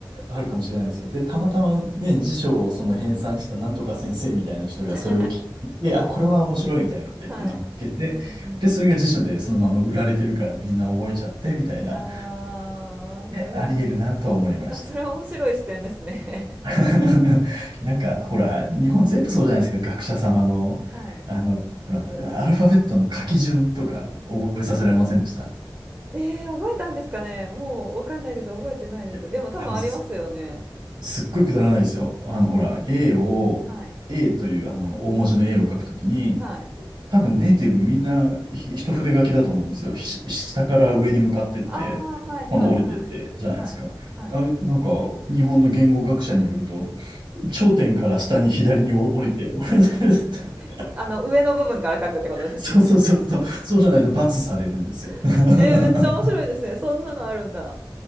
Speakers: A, on the right; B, on the right.
A: あるかもしれないですよ。で、たまたまね、
B: うんはいはい。
A: 辞書をその編纂したなんとか先生みたいな人がそれを聞いて、
B: <laughs>
A: あ、これは面白いみたいなこと言って乗っけて、
B: はい。うんうんうん。
A: で、それが辞書でそのまま売られてるからみんな覚えちゃってみたいな、
B: でもねああー、なるほど。
A: で、あり得るなとは思いました。
B: あ、それは面白い視点ですね。
A: <laughs> なんか、ほら、日本全部そうじゃないですか、学者様の、
B: <laughs> はい。
A: あの、ほら、アルファベットの書き順とか覚えさせられませんでした
B: <laughs> ええ、覚えたんですかね？もうわかんないです。覚えてないです。
A: いや、
B: でも多分ありますよね。
A: あの、すっごいくだらないですよ。あの、ほら、A を、
B: はい。
A: A というあの、大文字の A を書くときに、
B: はい。
A: 多分ネイティブみんなひ一筆書きだと思うんですよ。ひ下から上に向かってって、
B: ああ、はいはいはい。
A: 今度降りてって、じゃないですか。
B: はい。はい。
A: あれ、なんか、日本の言語学者によると、頂点から下に左に降降りて、<laughs>
B: いあの、上の部分から書くってことですね。
A: そうそうそうそう、そうじゃないと罰されるんですよ。
B: <laughs>
A: <laughs>
B: ええ、めっちゃ面白いですね。そんなのあるんだ。